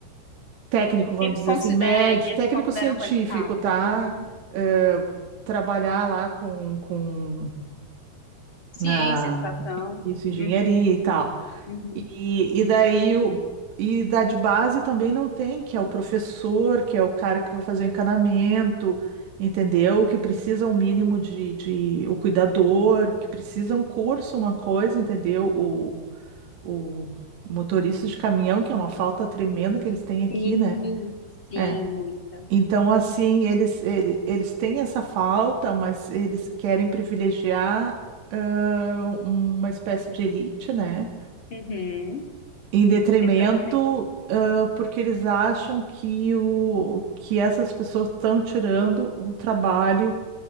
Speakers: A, on the right (about 70°); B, on the left (about 35°).
A: técnico, vamos
B: que eles
A: dizer
B: consideram,
A: assim, médio,
B: que
A: técnico
B: eles consideram
A: científico,
B: qualificado.
A: tá?
B: Uhum.
A: Eh, trabalhar lá com, com
B: Ciência,
A: na
B: educação.
A: isso, engenharia
B: Uhum,
A: e tal.
B: uhum.
A: E, e daí o e da de base também não tem, que é o professor, que é o cara que vai fazer o encanamento, entendeu? Que precisa um mínimo de, de o cuidador, que precisa um curso, uma coisa, entendeu? O, o motorista de caminhão, que é uma falta tremenda que eles têm aqui,
B: Sim,
A: né?
B: sim,
A: É.
B: muita.
A: Então, assim, eles, ele- eles têm essa falta, mas eles querem privilegiar ãh, uma espécie de elite, né?
B: Uhum,
A: Em detrimento,
B: exatamente.
A: ãh, porque eles acham que, o, que essas pessoas estão tirando o trabalho